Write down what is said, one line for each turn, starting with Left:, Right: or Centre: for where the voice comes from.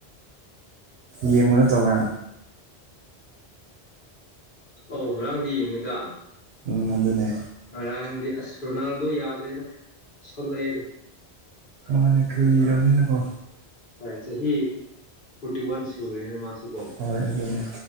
Right: ꯌꯦ ꯃꯅ ꯇꯧꯥ
Left: ꯑꯧ ꯉꯔꯥꯡꯗꯤ ꯌꯦꯡꯉꯤꯗ
Right: ꯎꯝ ꯑꯗꯨꯅꯦ
Left: ꯉꯔꯥꯡꯗꯤ ꯑꯁ ꯔꯣꯅꯥꯜꯗꯣ ꯌꯥꯗ꯭ꯔꯦꯗ ꯁꯜꯂꯛꯑꯦꯗ
Right: ꯃꯅ ꯀ ꯍꯔꯣꯝꯅꯤꯅꯀꯣ
Left: ꯍ ꯍ ꯐꯇꯤ ꯋꯥꯟ ꯁꯔꯦꯅꯦ ꯃꯥ ꯀꯣ
Right: ꯍꯣꯏ ꯑꯗꯨꯅꯦ